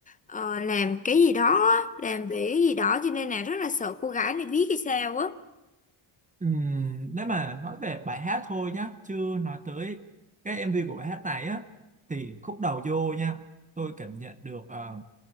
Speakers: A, on the left (about 15°); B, on the right (about 15°).
A: ờ, làm cái gì đó á, làm về cái gì đó cho nên là rất là sợ cô gái này biết hay sao á.
B: ừ, nếu mà nói về bài hát thôi nhá chứ nói tới cái MV của bài hát này á thì khúc đầu vô nha tôi cảm nhận được ờ,